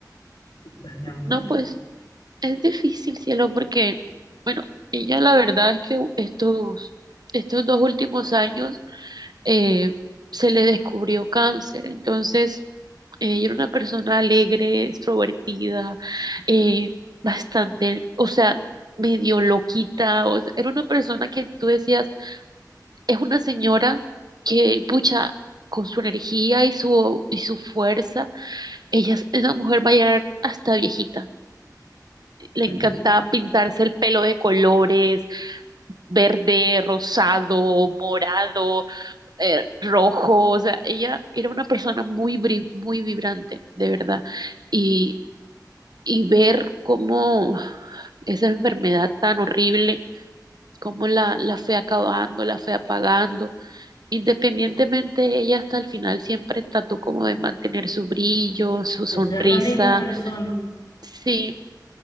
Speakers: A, on the left; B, on the right.
A: Y pues mi amor,
B: No, pues es difícil, cielo, porque, bueno, ella la verdad es que estos, estos dos últimos años eh, se le descubrió cáncer, entonces eh, ella era una persona alegre, extrovertida, eh, bastante, o sea, medio loquita, o sea, era una persona que tú decías, es una señora que, pucha, con su energía y su, y su fuerza Ella, es- esa mujer va a llegar hasta viejita. Le
A: suele
B: encantaba pintarse el pelo de colores, verde, rosado, morado, eh, rojo. O sea, ella era una persona muy, bri- muy vibrante, de verdad. Y, y ver cómo esa enfermedad tan horrible, cómo la, la fue acabando, la fue apagando. Independientemente, ella hasta el final siempre trató como de mantener su brillo, su sonrisa.
A: de ser la misma persona.
B: Sí,